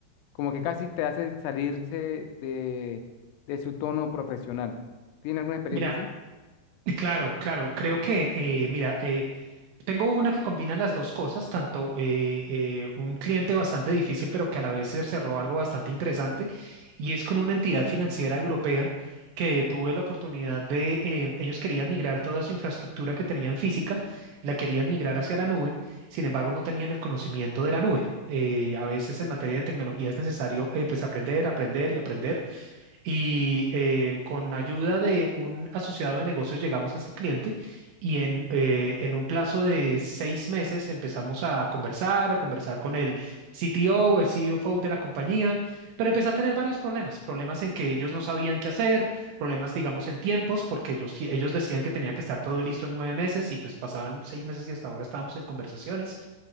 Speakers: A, on the left; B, on the right.
A: como que casi te hace salirse de, de su tono profesional. ¿Tiene alguna experiencia
B: Mira,
A: así?
B: Claro, claro, creo que, eh, mira, eh, tengo una que combina las dos cosas, tanto eh, eh, un cliente bastante difícil, pero que a la vez se cerró algo bastante interesante, y es con una entidad financiera europea que tuve la oportunidad de, eh, ellos querían migrar toda su infraestructura que tenían física, la querían migrar hacia la nube, sin embargo no tenían el conocimiento de la nube. Eh, a veces en materia de tecnología es necesario eh, pues aprender, aprender y aprender. Y eh, con ayuda de un asociado de negocios llegamos a ese cliente y en, eh, en un plazo de seis meses empezamos a conversar, a conversar con el CTO o o el CFO de la compañía, pero empecé a tener varios problemas, problemas en que ellos no sabían qué hacer, problemas, digamos, en tiempos, porque los, tie- ellos decían que tenía que estar todo listo en nueve meses y pues pasaban seis meses y hasta ahora estábamos en conversaciones,